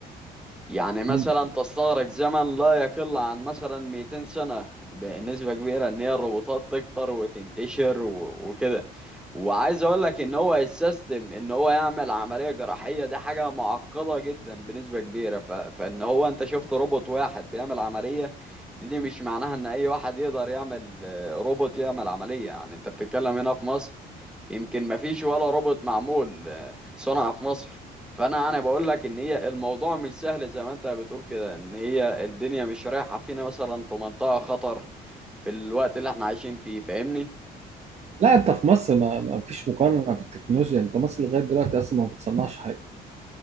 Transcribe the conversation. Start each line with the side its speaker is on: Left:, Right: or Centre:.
Centre: يعني مثلا
Right: مم.
Centre: تستغرق زمن لا يقل عن مثلا 200 سنة بنسبة كبيرة ان هي الروبوتات تكتر وتنتشر و- وكده وعايز اقول لك ان هو السيستم ان هو يعمل عملية جراحية دي حاجة معقدة جدا بنسبة كبيرة ف... فان هو انت شفت روبوت واحد بيعمل عملية دي, دي مش معناها ان اي واحد يقدر يعمل آه، روبوت يعمل عملية يعني انت بتتكلم هنا في مصر يمكن مفيش ولا روبوت معمول آه، صنع في مصر فانا انا بقول لك ان هي الموضوع مش سهل زي ما انت بتقول كده ان هي الدنيا مش رايحه فينا مثلا في منطقه خطر في الوقت اللي احنا عايشين فيه فاهمني
Right: لا انت في مصر ما, ما فيش مقارنة في التكنولوجيا انت مصر لغاية دلوقتي اصلا ما بتصنعش حاجة